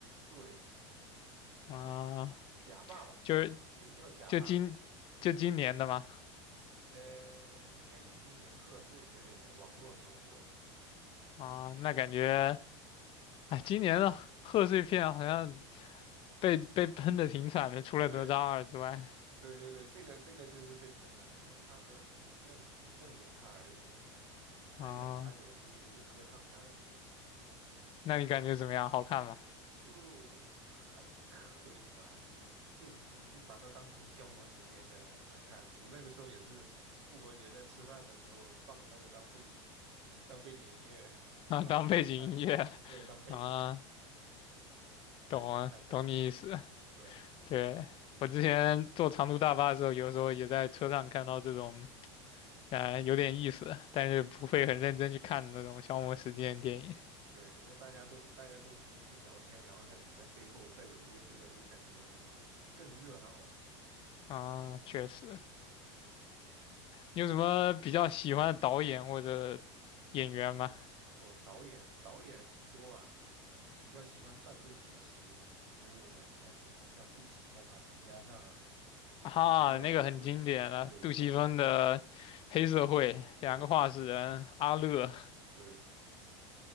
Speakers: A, on the right (about 85°); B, on the left (about 35°).
A: 对，
B: 啊，
A: 假爸爸就叫假爸爸。
B: 就是就今就今年的吗？
A: 呃，应该是今年贺岁之类的网络首播了。
B: 啊，那感觉哎，今年的贺岁片好像被被喷的挺惨的，除了哪吒二之外
A: 对，对对对，这个这个就是被喷的，因为他和尹正，尹正演他儿子，他演他演爹，
B: 啊。
A: 一个歌唱家的爹，
B: 那你感觉怎么样？好看吗？
A: 就还可以吧。你就你你就把它当成消磨时间的来看。我们那个时候也是复活节在吃饭的时候放那个当背景 <laughs> 当背景音乐 <laughs> 一样的在看的，
B: 啊，当背景音乐
A: 对，当背景音
B: 啊，
A: 在在看在听的，
B: 懂啊，懂你意思。
A: 对。
B: 对，我之前坐长途大巴的时候，有时候也在车上看到这种，呃，有点意思，但是不会很认真去看的那种消磨时间的电影
A: 对，因为大家都大家都肯定就聊天，然后在你在背后再有一个这个，就感觉嗯更热闹了。
B: 啊。确实，你有什么比较喜欢的导演或者演员吗？
A: 哦，导演导演多啊，我比较喜欢犯罪纪实之类的那种，像杜琪峰啊、陈嘉上啊、
B: 哈，
A: 南燕啊之类，
B: 那个很经典了，
A: 对，
B: 杜琪峰的《黑社会》，
A: 都是
B: 两个话事人，
A: 对
B: 阿乐，
A: 对，